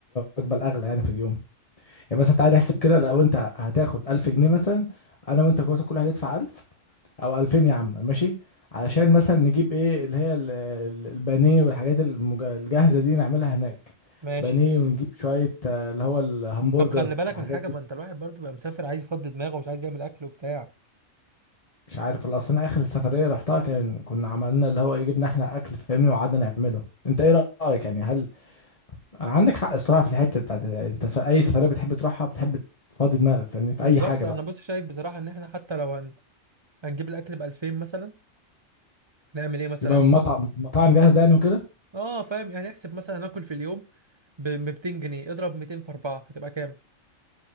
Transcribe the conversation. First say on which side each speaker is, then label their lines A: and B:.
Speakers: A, on the left; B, on the right.
A: الوجبة الاغلى يعني في اليوم يعني مثلا تعالى نحسب كده لو انت هتاخد 1000 جنيه مثلا انا وانت كويس كل واحد يدفع 1000 او 2000 يا عم ماشي علشان مثلا نجيب ايه اللي هي ال- ال- البانيه والحاجات المج- الجاهزه دي نعملها هناك
B: ماشي
A: بانيه ونجيب شويه آه، اللي هو الهمبرجر
B: طب خلي بالك
A: والحاجات
B: من حاجه
A: دي
B: ما انت الواحد برضه بقى مسافر عايز يفضي دماغه ومش عايز يعمل اكل وبتاع
A: مش عارف الا اصلا اخر سفريه رحتها كان كنا عملنا اللي هو ايه جبنا احنا اكل فاهمني وقعدنا نعمله انت ايه رايك يعني هل عندك حق الصراحه في الحته بتاعت انت س- اي سفريه بتحب تروحها بتحب تفضي دماغك فاهمني في
B: بالظبط
A: اي حاجه بقى
B: انا بص شايف بصراحه ان احنا حتى لو هن... هنجيب الاكل ب 2000 مثلا هنعمل ايه مثلا
A: يبقى من مطعم مطاعم جاهزه يعني وكده
B: اه فاهم يعني احسب مثلا هناكل في اليوم ب 200 جنيه اضرب 200 في 4 هتبقى كام